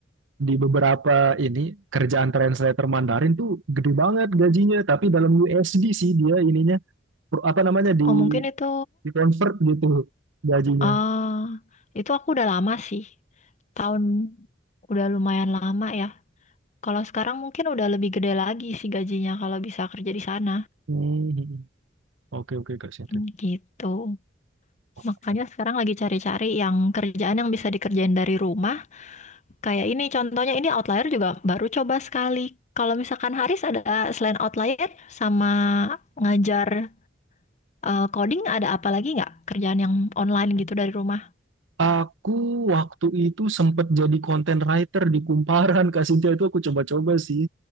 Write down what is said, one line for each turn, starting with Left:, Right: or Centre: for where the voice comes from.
Right: di beberapa ini kerjaan translator Mandarin tuh gede banget gajinya, tapi dalam USD sih dia ininya per- apa namanya di
Left: Oh mungkin itu
Right: di convert gitu gajinya.
Left: ah itu aku udah lama sih. Tahun udah lumayan lama ya. Kalau sekarang mungkin udah lebih gede lagi sih gajinya kalau bisa kerja di sana.
Right: Hmm. Oke oke Kak Sinta.
Left: Hmm, Gitu.
Right: Oh,
Left: Makanya
Right: keren.
Left: sekarang lagi cari-cari yang kerjaan yang bisa dikerjain dari rumah. Kayak ini contohnya ini outlier juga baru coba sekali. Kalau misalkan Haris ada selain outlier sama ngajar eh, coding ada apa lagi nggak kerjaan yang online gitu dari rumah?
Right: Aku waktu itu sempat jadi content writer di Kumparan Kak Sinta itu aku coba-coba sih.